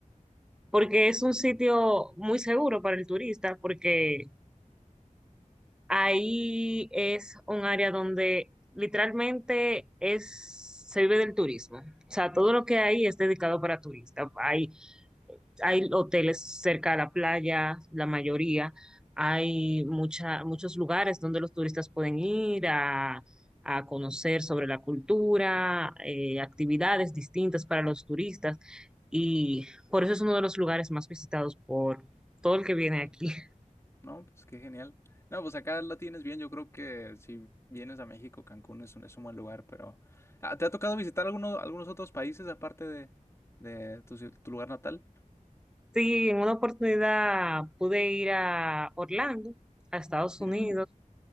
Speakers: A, in the centre; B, on the left.
A: porque es un sitio muy seguro para el turista porque ahí es un área donde literalmente es, se vive del turismo. O sea, todo lo que hay es dedicado para turistas. Hay hay hoteles cerca de la playa, la mayoría. Hay mucha, muchos lugares donde los turistas pueden ir a, a conocer sobre la cultura, eh, actividades distintas para los turistas. Y por eso es uno de los lugares más visitados por todo el que viene
B: Ok.
A: aquí. <laughs>
B: No, pues qué genial. No, pues acá la tienes bien. Yo creo que si vienes a México, Cancún es un, es un buen lugar, pero Ah, ¿te ha tocado visitar algunos, algunos otros países aparte de, de tu, ci- tu lugar natal?
A: Sí, en una oportunidad pude ir a Orlando, a Estados
B: Mm,
A: Unidos,